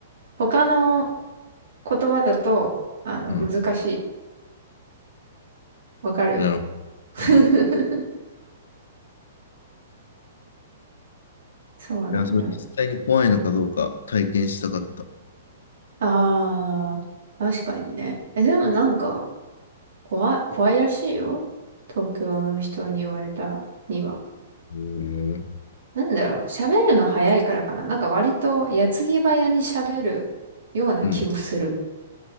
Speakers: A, on the right; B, on the left.
A: 他の言葉だと、あの、
B: うん。
A: 難しい。わかる
B: なるほど。
A: <laughs>
B: うん。
A: そうなんだよ。
B: いや、それ実際に怖いのかどうか体験したかった。
A: ああ、確かにね。え、でもなんか、怖い、怖いらしいよ。東京の人に言われたには。
B: へえ。
A: なんだろう、喋るの早いからかな。なんか割と矢継ぎ早に喋るような気もする。
B: うん。